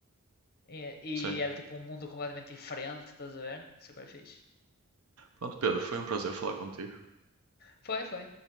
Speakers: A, on the left; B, on the right.
A: e, e
B: Sim.
A: era tipo um mundo completamente diferente, estás a ver? Super fixe.
B: Pronto, Pedro, foi um prazer falar contigo.
A: Foi, foi.